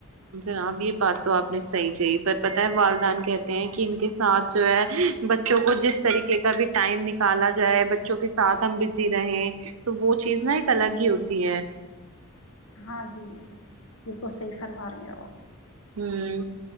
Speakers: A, on the right (about 75°); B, on the left (about 75°).
A: جناب یہ بات تو آپ نے صحیح کہی پر پتہ ہے والدان کہتے ہیں کہ ان کے ساتھ جو ہے بچوں کو جس طریقے کا بھی ٹائم نکالا جائے ب بچوں کے ساتھ ہم بزی رہے تو وہ چیز نا ایک الگ ہی ہوتی ہے
B: ہاں جی بالکل صحی فرم رہی ہو
A: ہوں